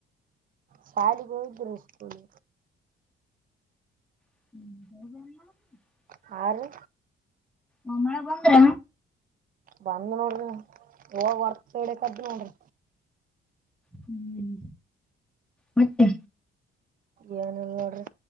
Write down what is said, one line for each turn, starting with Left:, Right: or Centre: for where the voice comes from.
Right: ಶಾಲೆ ಹೋಗಿದ್ವಿ ರೀ ಸ್ಕೂಲ್
Centre: <inaudible>
Right: ಹಾ ರೀ
Centre: ಒಮ್ ಮಳೆ ಬಂದ್ರ
Right: ಬಂದ್ ನೋಡ್ರಿ ಹೋಗ ವರ್ತ್ ಸೈಡ್ಕ ನೋಡ್ರಿ
Centre: ಹ್ಮ್ ಮತ್ತೆ
Right: ಏನು ಇಲ್ಲ ನೋಡ್ರಿ